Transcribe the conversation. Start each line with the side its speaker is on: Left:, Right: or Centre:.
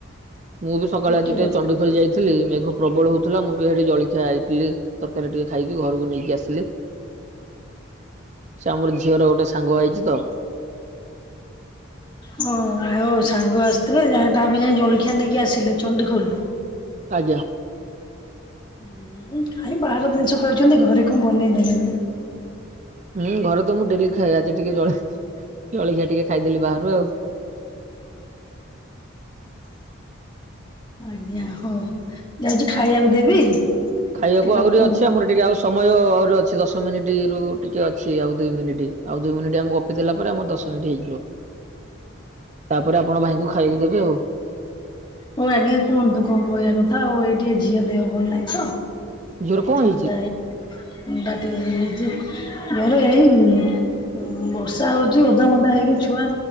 Right: ମୁଁ ବି ସକାଳୁ
Left: ରୁଟି
Right: ଆଜି ଟିକେ
Left: ଭଜା।
Right: ଚଣ୍ଡିଖୋଲ ଯାଇ ଥିଲି। ମେଘ ପ୍ରବଳ ହଉଥିଲା। ମୁଁ ଟିକେ ହେଠି ଜଳଖିଆ ଇଟିଲି ତରକାରୀ ଟିକେ ଖାଇକି ଘରକୁ ନେଇକି ଆସିଲି।
Left: ହଁ
Right: ସେ ଆମର ଝିଅ ର ଗୋଟେ ସାଙ୍ଗ ଆଇଚି ତ।
Left: ହଁ ଆଉ ସାଙ୍ଗ ଆସିଥିବେ ତାପାଇଁ ଯାଇ ଜଳଖିଆ ନେଇକି ଆସିଲେ ଚଣ୍ଡିଖୋଲ ରୁ।
Right: ଆଜ୍ଞା।
Left: <unintelligible> କାଇଁ ବାହାର ଜିନିଷ ଖାଉଛନ୍ତି ଘରେ କଣ ବନେଇ ଦେଲେନି।
Right: ହୁଁ ଘରେ ତ ମୁଁ ଡେଲି ଖାଏ। ଆଜି ଟିକେ ଜ ଜଳିଖିଆ ଟିକେ ଖାଇଦେଲି ବାହାରୁ ଆଉ।
Left: ଆଜ୍ଞା ହଉ। ଯାଉଚି ଖାଇବାକୁ ଦେବି।
Right: ଖାଇବାକୁ
Left: ଟିକେ
Right: ଆହୁରି
Left: ରଖନ୍ତୁ।
Right: ଅଛି, ଆମର ଟିକେ ଆଉ ସମୟ ଆହୁରି ଅଛି ଦଶ ମିନିଟି ରୁ ଟିକେ ଅଛି ଆଉ ଦୁଇ ମିନିଟି। ଆଉ ଦୁଇ ମିନିଟି ଆମେ ଗ ଗପି ଦେଲା ପରେ ଆମର ଦଶ ମିନିଟ୍ ହେଇଯିବ।
Left: ହ
Right: ତାପରେ ଆପଣ ଭାଇଙ୍କୁ ଖାଇବାକୁ ଦେବେ ଆଉ।
Left: ହଉ ଆଜ୍ଞା କୁହନ୍ତୁ କଣ କହିବା କଥା ଆଉ ଏଇଠି ଝିଅ ଦେହ ଭଲ ନାହିଁ ତ।
Right: ଝିଅର
Left: ତାକୁ
Right: କଣ
Left: ଥଣ୍ଡା
Right: ହେଇଛି?
Left: ହେଇ ଥଣ୍ଡା ଟିକେ ହେଇଯାଇଚି। ଘରେ ଏଇ ଉଁ ବର୍ଷା ହଉଚି ଓଦା ମଦା ହେଇକି ଛୁଆ